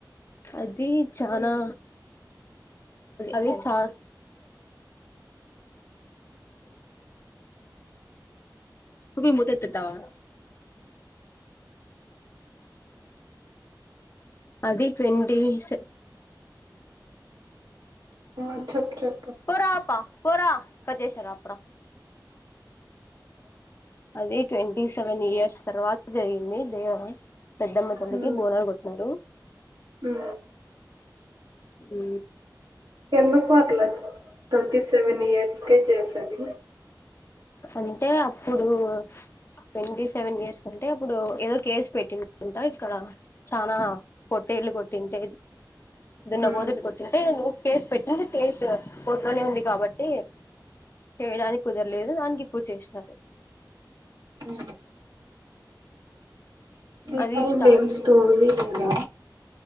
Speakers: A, on the left; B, on the right.
A: అది చనా అది చా మత్ <unintelligible> దావా అది ట్వంటీస్
B: ఆ చెప్పు చెప్పు
A: పరా పా పరా కదేసర అపురా అది ట్వంటీ సెవెన్ ఇయర్స్ తర్వాత జరిగింది దేవరం పెద్దమ్మ తల్లికి
B: ఉమ్,
A: బోనాలు కొట్టిన్నరు
B: ఉమ్.
A: అ
B: ఎందుకు పర్లా ట్వంటీ సెవెన్ ఇయర్స్ కే చేస్తుంది
A: అంటే అప్పుడు ట్వంటీ సెవెన్ ఇయర్స్ కంటే అప్పుడు ఏదో కేసు పెట్టిందంట ఇక్కడ చానా పొట్టేల్ళు కొట్టింటేది ఇద నవ
B: ఉమ్.
A: ఓదుట్ కొటిందే నువవు కేస్ పెట్ట కేసు కోర్టులోనే ఉంది కాబట్టి చేయడానికి కుదరలే లేదు దానికి ఇప్పుడు చేసినారు
B: అఓ
A: అది
B: ఇహై
A: స్టార్ట్
B: ఏం స్టోరీ లేదా